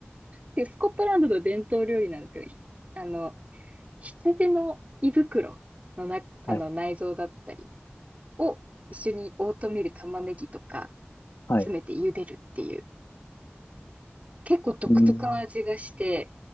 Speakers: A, on the right; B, on the left.
A: で、スコットランドの伝統料理なんですけど、ひあの、羊の胃袋の中の内臓だったり
B: はい、
A: を一緒にオートミール玉ねぎとか
B: はい。
A: 詰めて茹でるっていう、結構独特な味がして、
B: うーん、